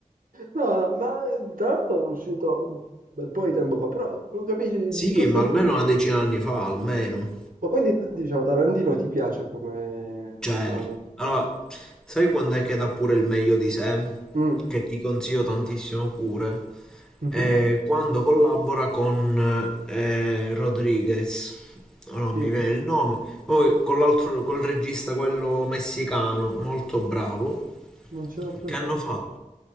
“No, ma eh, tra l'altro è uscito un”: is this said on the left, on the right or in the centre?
Right